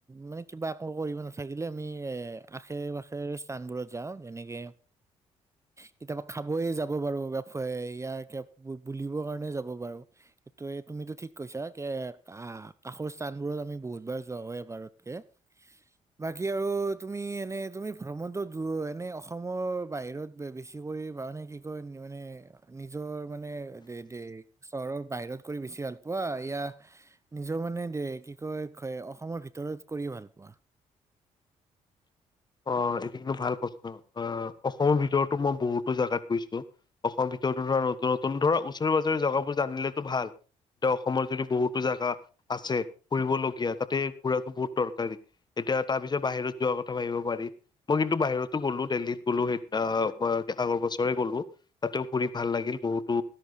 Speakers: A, on the right; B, on the left.
A: মানে কিবা একো কৰিব নাথাকিলে আমি এ আশে - পাশ শেৰ স্থানবোৰত যাওঁ যেনেকে কেতিয়াবা খাবয়ে যাব পাৰো কিবা ফ ইয়াৰ কিবা বু বুলিবৰ কাৰণে যাব পাৰো। সেইটো তুমিতো ঠিক কৈছা কে কা কাষৰ স্থানবোৰত আমি বহুতবাৰ যোৱা হয় এবাৰতকে। বাকী আৰু তুমি এনেই তুমি ভ্ৰমণটো দূৰ এনেই অসমৰ বাহিৰত বে বেছি কৰি মানে কি কয় মানে নিজৰ মানে দে দেশ চহৰৰ বাহিৰত কৰি বেছি ভাল পোৱা ইয়া নিজৰ মানে দে কি কয় খ অসমৰ ভিতৰত কৰি ভাল পোৱা?
B: অ এইটো কিন্তু ভাল প্ৰশ্ন, অ অসমৰ ভিতৰতো মই বহুতো জাগাত গৈছো। অসম ভিতৰতো ধৰা নতুন নতুন ধৰা ওচৰে - পাজৰে জেগাবোৰ জানিলেতো ভাল। ত অসমৰ যদি বহুতো জাগা আছে ফুৰিবলগীয়া তাতে ঘুৰাটো বহুত দৰকাৰী। এতিয়া তাৰ পিছত বাহিৰত যোৱাৰ কথা ভাবিব পাৰি, মই কিন্তু বাহিৰতো গ'লো দেলহীত গ'লো সেই আ বা আগৰ বছৰে গ'লো। তাতেও ফুৰি ভাল লাগিল বহুতো